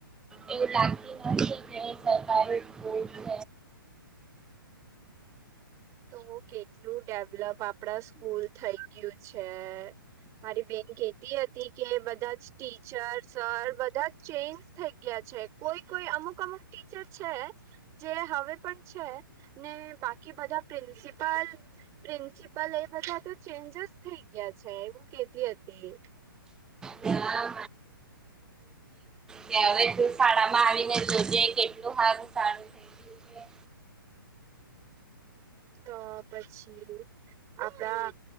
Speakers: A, in the centre; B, on the right.
A: એવું લાગતી નથી કે સરકારી સ્કૂલ છે
B: તો કેટલું ડેવલપ આપડા સ્કૂલ થઇ ગયું છે મારી બેન કેતી હતી કે બધા જ ટીચર સર બધા જ ચેન્જ થઈ ગયા કોઈ કોઈ અમુક અમુક ટીચર છે જે હવે પણ છે ને બાકી બધા પ્રિન્સિપલ પ્રિન્સિપલ એ બધા તો ચેન્જસ થઈ ગયા છે એવું કેતી હતી તે
A: ત્યાં ત્યારે તુ શાળામાં આવીને જોજે કેટલું સારું સારું થઈ ગયું છે
B: તો પછી આપડા